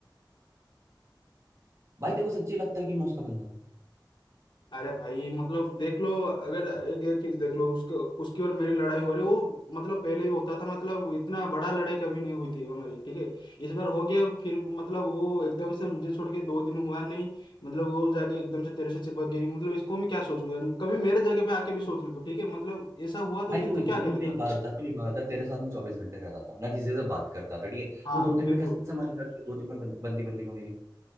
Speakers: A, on the right; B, on the left.
A: भाई तेरे को सच्ची लगता है कि मैं उसका बंदा हूँ
B: अरे भाई मतलब देख लो अगर एक एक चीज देख लो उसके उसकी और मेरी लड़ाई हो रही वो मतलब पहले ही होता था मतलब इतना बड़ा लड़ाई कभी नहीं हुई थी हमारी ठीक है इस बार हो गया फिर मतलब वो एकदम से मुझे छोड़ के दो दिन हुआ नहीं मतलब वो जाके एकदम से तेरे से चिपक गई मतलब इसको मैं क्या सोचूं यार कभी मेरे जगह पे आके भी सोच ले तो ठीक है मतलब ऐसा हुआ तो
A: भाई
B: फिर
A: तू
B: तू
A: एक
B: क्या
A: नहीं
B: करेगा
A: तू एक बात बता तू एक बात बता तेरे साथ में चौबीस घंटे रहता था ना किसी से बात करता था ठीक है
B: हाँ
A: तू दो दिन
B: बिल्कुल
A: में कैसे मान लिया कि दो दिन में बं- बंदी बंदी हो मेरी